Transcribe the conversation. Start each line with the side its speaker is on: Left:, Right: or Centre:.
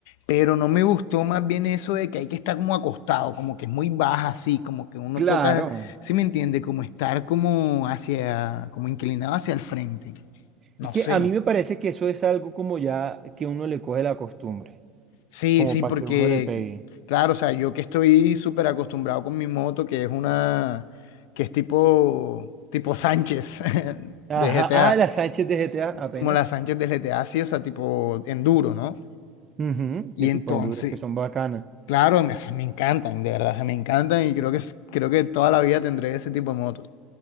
Left: pero no me gustó más bien eso de que hay que estar como acostado, como que es muy baja así, como que uno
Right: claro.
Left: toca, si me entiende, como estar como hacia, como inclinado hacia el frente. No
Right: Es que
Left: sé.
Right: a mí me parece que eso es algo como ya que uno le coge la costumbre,
Left: Sí,
Right: como
Left: sí,
Right: para
Left: porque,
Right: que uno le pegue.
Left: claro, o sea, yo que estoy súper acostumbrado con mi moto, que es una, que es tipo, tipo Sánchez <laughs>
Right: Ajá,
Left: de GTA.
Right: ah, la Sánchez de GTA apenas.
Left: como la Sánchez del GTA, sí, o sea, tipo enduro, ¿no?
Right: Ujú,
Left: Y
Right: de tipo
Left: entonces,
Right: enduro, que son bacanas.
Left: claro, me, o me encantan, de verdad, se me encantan y creo que, es- creo que toda la vida tendré ese tipo de motos.